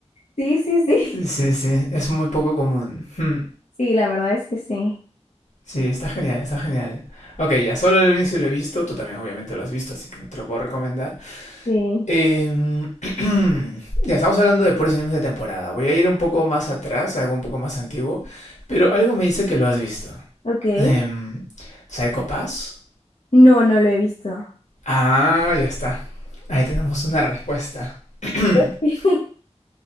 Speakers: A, on the left; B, on the left.
A: Sí, sí, sí.
B: Sí, sí, sí, es muy poco común. Hmm.
A: Sí, la verdad es que sí.
B: Sí, está genial, está genial. Ok, ya, solo el Vinci lo he visto, tú también obviamente lo has visto, así que no te lo puedo recomendar.
A: Sí.
B: Em, <clears throat> ya, estamos hablando de puros animes de temporada. Voy a ir un poco más atrás, algo un poco más antiguo, pero algo me dice que lo has visto.
A: Ok.
B: Em, ¿Psycho Pass?
A: No, no lo he visto.
B: Ah, ya está. Ahí tenemos una respuesta. <clears throat>
A: <laughs>